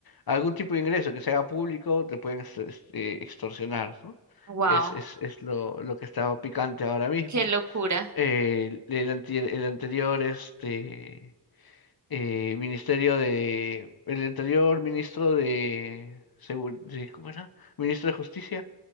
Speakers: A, on the left (about 65°); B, on the right (about 45°).
A: algún tipo de ingreso que se haga público, te pueden ex- este, extorsionar, ¿no?
B: Wow.
A: Es, es, es lo, lo que está picante ahora mismo.
B: Qué locura.
A: Eh, el, anti- el anterior este, eh, ministerio de... El anterior ministro de... Segur- de- ¿Cómo era? Ministro de Justicia